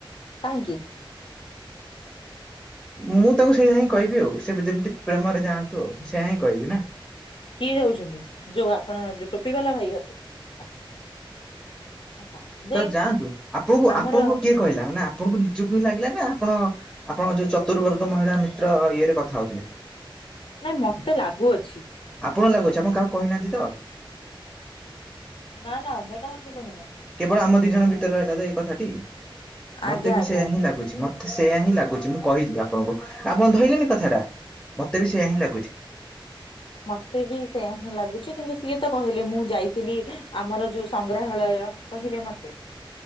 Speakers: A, on the left (about 70°); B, in the centre.
A: କାହିଁକି।
B: ମୁଁ ତାଙ୍କୁ ସେଇା ହିଁ କହିବି ଆଉ ସେ ବି ଯେମିତି ପ୍ରେମରେ ଯାଆନ୍ତୁ ଆଉ ମୁଁ ସେୟା ହିଁ କହିବି ନା।
A: କିଏ ଯାଉଛନ୍ତି ଯୋଉ ଆପଣ ଯୋଉ ଟୋପି ବାଲା ଭାଇ ଭାଉଜ ଆଜ୍ଞା। <unintelligible>
B: ତ ଯାଆନ୍ତୁ ଆପଣଙ୍କୁ
A: ଆମର
B: ଆପଣଙ୍କୁ କିଏ କହିଲା ମାନେ ଆପଣଙ୍କୁ ନିଜକୁ ହିଁ ଲାଗିଲା ନା ଆପଣ ଆପଣଙ୍କ ଯୋଉ
A: ନାଇଁ
B: ଚତୁବର୍ଗ ମହିଳା ମିତ୍ର ଇଏରେ କଥା ହୋଉଥୁଲେ।
A: ନାଇଁ ମତେ ଲାଗୁଅଛି।
B: ଆପଣଙ୍କୁ ଲାଗୁଛି ଆପଣ କାହାକୁ କହିନାହାନ୍ତି ତ।
A: ନା ନା ଆମେ କାହାକୁ କହିିନୁ।
B: କେବଳ ଆମ ଦି ଜଣଙ୍କ ଭିତରେ ରହିଲା ତ ଏଇ କଥା ଟି
A: ଆଜ୍ଞା
B: ମତେ ବି
A: ଆଜ୍ଞା
B: ସେୟିଆ
A: ଆଜ୍ଞା
B: ହିଁ ଲାଗୁଛି ମ ତେ ସେୟା ହିଁ ଲାଗୁଚି ମୁଁ କହିଲି ଆପଣଙ୍କୁ ଆପଣ ଧଇଲେନି କଥାଟା ମତେ ବି ସେଇୟା ହିଁ ଲାଗୁଛି।
A: ମତେ ବି ସେଇୟା ହିଁ ଲାଗୁଛି କିନ୍ତୁ ସିଏ ତ କହିଲେ ମୁଁ ଯାଇଥିଲି ଆମର ଯୋଉ ସଂଗ୍ରହାଳୟ। କହିଲେ ମତେ।